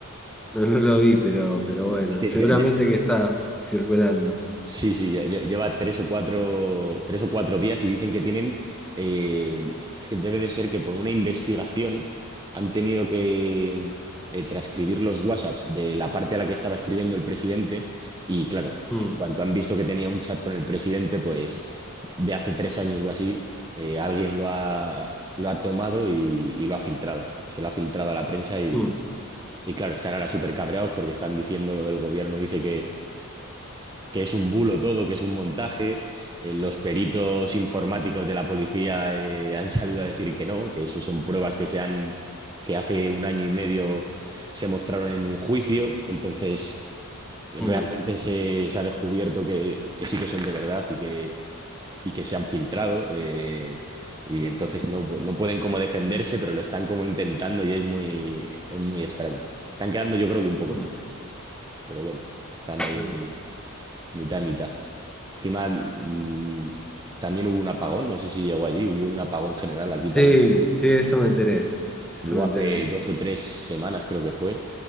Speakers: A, in the centre; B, on the right (about 20°).
A: No, no lo vi, pero, pero
B: no,
A: bueno,
B: es que
A: seguramente
B: ya- ya-
A: que está circulando.
B: Sí, sí, ya- ya- lleva tres o cuatro, tres o cuatro días y dicen que tienen, eh, es que debe de ser que por una investigación han tenido que eh, transcribir los WhatsApps de la parte a la que estaba escribiendo el presidente y claro,
A: Mm,
B: en cuanto han visto que tenía un chat con el presidente, pues de hace tres años o así, eh, alguien lo ha, lo ha tomado y, y lo ha filtrado, se lo ha filtrado a la prensa y,
A: mm,
B: y claro, están ahora súper cabreados porque están diciéndolo, el gobierno dice que es un bulo todo, que es un montaje. Eh, los peritos informáticos de la policía eh, han salido a decir que no, que eso son pruebas que se han, que hace un año y medio se mostraron en un juicio. Entonces, realmente
A: mm,
B: se, se ha descubierto que, que sí que son de verdad y que, y que se han filtrado. eh, y entonces no, no pueden como defenderse, pero lo están como intentando y es muy, es muy extraño. Están quedando yo creo que un poco
A: mm.
B: mal, pero bueno, están
A: Claro.
B: ahí mitad y mitad. Encima, mm, también hubo un apagón, no sé si llegó allí, hubo un apagón general aquí
A: Sí,
B: también.
A: sí, eso me enteré, eso
B: Hubo
A: me enteré.
B: hace dos o tres semanas, creo que fue,